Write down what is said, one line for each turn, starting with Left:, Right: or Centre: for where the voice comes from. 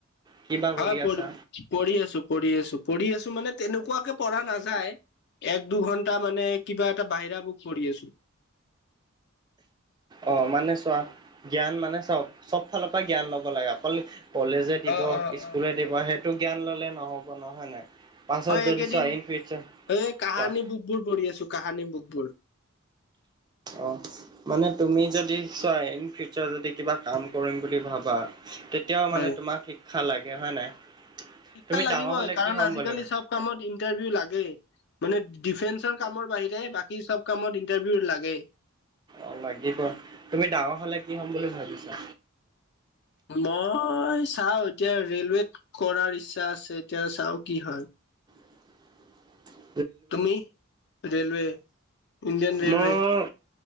Right: কিবা
Left: হয়
Right: কৰি
Left: প
Right: আছা?
Left: পঢ়ি আছো পঢ়ি আছো পঢ়ি আছো মানে তেনেকুৱাকে পঢ়া নাযায়। এক দুঘন্টা মানে কিবা এটা বাহিৰা বুক পঢ়ি আছো।
Right: অ, মানে চোৱা জ্ঞান মানে চব চব ফালৰ পৰা জ্ঞান ল'ব লাগে। অকল কলেজে দিব,
Left: অ অ
Right: স্কুলে
Left: অ
Right: দিব সেইটো জ্ঞান ল'লে নহ'ব নহয় হয় নাই? পাছত
Left: মই
Right: যদি
Left: এইকেইদিন
Right: চোৱা ইন ফিউচাৰ
Left: এই কাহানি
Right: কোৱা
Left: বুক বোৰ পঢ়ি আছো কাহানি বুক বোৰ।
Right: অ। মানে তুমি যদি চোৱা ইন ফিউচাৰ যদি কিবা কাম কৰিম বুলি ভাবা তেত- তেও
Left: হয়
Right: মানে তোমাক শিক্ষা লাগে হয় নাই।
Left: শিক্ষা
Right: তুমি
Left: লাগিবই
Right: ডাঙৰ হ'লে
Left: কাৰণ
Right: কি হ'ম
Left: আজিকালি
Right: বুলি অ',
Left: চব কামত ইন্টাৰভিউ লাগে মানে ডিফেন্সৰ কামৰ বাহিৰে বাকী চব কামত ইণ্টাৰভিউ লাগে।
Right: অ লাগিব। তুমি ডাঙৰ হলে কি হ'ম বুলি ভাবিছা?
Left: মই চাওঁ। এতিয়া ৰেলৱেত- কৰাৰ ইচ্ছা আছে, এতিয়া চাও কি হয়।
Right: <inaudible>
Left: তুমি? ৰেলৱে। ইণ্ডিয়ান ৰেলৱে
Right: মই